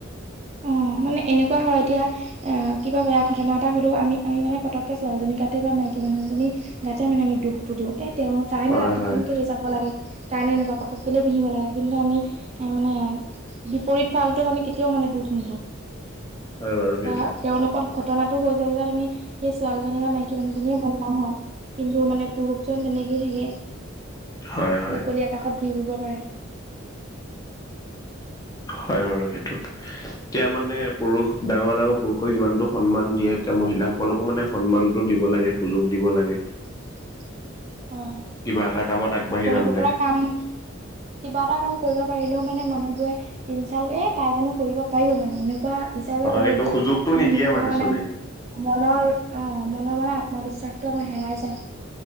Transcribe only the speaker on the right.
অ অ, মানে এনেকুৱা হয় এতিয়া অ, কিবা বেয়া ঘটনা এটা হলেও আমি - আমি মে পতকে ছোৱালী গাতে বা মাইকী কি মানুহজনী গাতে মানে আমি দুখটো দিওঁ এ তেওঁ তাইনো
ৰাতিখন
কেলে যাব লাগে তাই নো এনেকুৱা কাপোৰ কেলেই পিন্ধিব লাগে কিন্তু আমি এ মানে বিপৰীত ফালটোক আমি কেতিয়াও মানে দুখ নিদো
বা তেওঁ লগত ঘটনাটো হৈ যোৱা পিছত আমি সেই ছোৱালীজনী বা মাইকী মানুহজনী বনাম হয় কিন্তু মানে পুৰুষজন তেনেকেই থাকে।
মুকলি আকাশত ঘূৰি ফুব পাৰে।
উ <inaudible> হয় হয়
কৰিব
পৰা কাম কিবা এটা কাম কৰিব পাৰিলেও মানে মানে মানুহ বোৰে ইচাল্ট এ তাই জানো কৰিব পাৰিব মানে এনেকুৱা হিচাপে
কৰি
দিয়ে
উম
আমাৰ
মানে মনৰ অ মনৰ মানে আত্মা বিশ্বাসটো আমাৰ হেৰাই যায়